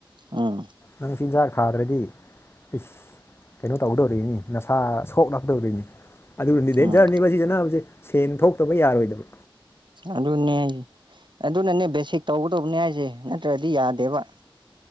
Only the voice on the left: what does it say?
ꯅꯪ ꯆꯤꯟꯖꯥꯛ ꯊꯥꯗ꯭ꯔꯗꯤ ꯢꯁ ꯀꯩꯅꯣ ꯇꯧꯗꯣꯔꯤꯅꯤ ꯅꯁꯥ ꯁꯣꯛꯂꯛꯗꯧꯔꯤꯅꯤ ꯑꯗꯨꯅꯤ ꯗꯤꯟꯖꯔꯅꯤ
ꯃꯁꯤ ꯑꯅꯥꯕꯁꯦ ꯁꯦꯟ ꯊꯣꯛꯇꯕ ꯌꯥꯔꯣꯏꯗꯕ